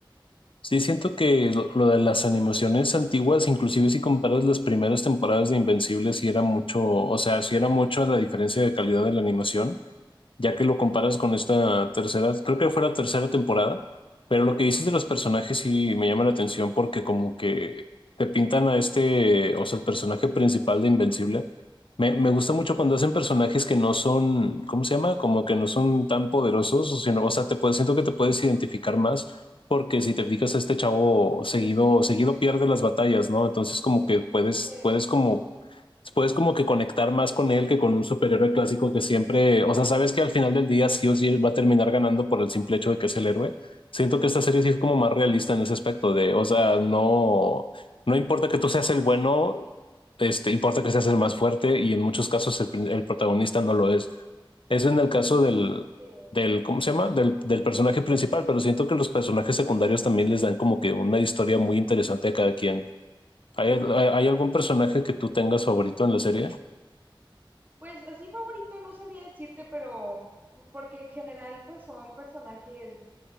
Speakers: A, on the left (about 75°); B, on the right (about 20°).
A: Sí, siento que lo, lo de las animaciones antiguas, inclusive si comparas las primeras temporadas de Invencible, sí era mucho, o sea, sí era mucho la diferencia de calidad de la animación. ya que lo comparas con esta tercera, creo que fue la tercera temporada, pero lo que dices de los personajes sí me llama la atención porque como que te pintan a este, o sea, el personaje principal de Invencible. Me, me gusta mucho cuando hacen personajes que no son, ¿cómo se llama? Como que no son tan poderosos, o sino, o sea, te puedes, siento que te puedes identificar más porque si te fijas, a este chavo seguido, seguido pierde las batallas, ¿no? Entonces como que puedes,
B: Sí,
A: puedes como puedes como que conectar más con él que con un superhéroe clásico que siempre, o sea, sabes que al final del día sí o sí va a terminar ganando por el simple hecho de que es el héroe. Siento que esta serie sí es como más realista en ese aspecto de, o sea, no, no importa que tú seas el bueno, este, importa que seas el más fuerte y en muchos casos el, prin- el protagonista no lo es. Eso en el caso del,
B: sí.
A: del, ¿cómo se llama? Del, del personaje principal, pero siento que los personajes secundarios también les dan como que una historia muy interesante a cada quien. ¿Hay, hay, hay algún personaje que tú tengas favorito en la serie?
B: Pues así favorito no sabría decirte, pero p- porque en general pues son personajes